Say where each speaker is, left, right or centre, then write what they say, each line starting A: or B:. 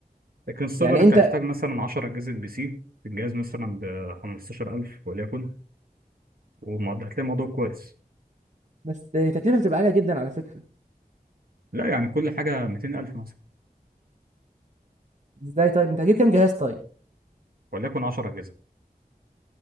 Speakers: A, on the right; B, on the right.
A: لكن السايبر
B: يعني
A: انت
B: انت
A: هتحتاج مثلا 10 اجهزه بي سي الجهاز مثلا ب 15000 وليكن والموضوع هتلاقي الموضوع كويس
B: بس التكلفه بتبقى عاليه جدا على فكره
A: لا يعني كل حاجه 200000 مثلا
B: ازاي طيب انت هتجيب كام جهاز طيب
A: وليكن 10 اجهزه